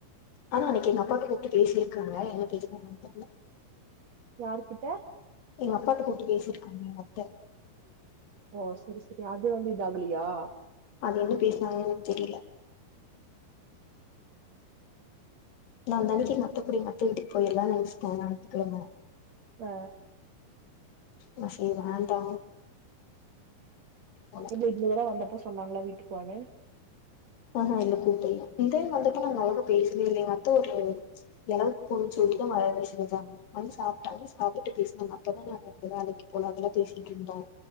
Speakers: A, on the left (about 65°); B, on the right (about 55°).
A: ஆனா அன்னைக்கி எங்க அப்பாக்ட்ட கூப்டு பேசினேருக்காங்க என்ன பேசுனாங்கன்னு தெர்ல
B: யாரு கிட்ட
A: எங்க அப்பாத்த கூப்ட்டு பேசிருக்காங்க எங்க அத்த
B: ஓ சரி சரி அது வந்து இதா ஆகலையா
A: அது வந்து பேசுனாங்க தெரியல நா அந்தானிக்கு எங்க அத்த கூட எங்க அத்த வீட்டுக்கு போயிலாம் நினைச்சிட்டேன் ஞாத்து கிழம
B: வ
A: ஆ செரி வேண்டா போல
B: இல்ல இது வர வந்தப் ப சொன்னாங்களா வீட்டுக்கு வானு
A: ஆஹா இல்ல கூட்டே இதே <unintelligible> நா அளவுக்கு பேசவே இல்லைங்க அத்த ஒரு எளவுக்கு போனு சொல்டு <unintelligible> வந்து சாப்டாங்க சாப்பிட்டு பேசுனாங்க அப்பதான் நாங்க எந்த வேலைக்கு போல அதெல்லாம் பேசிட்டு இருந்தோம்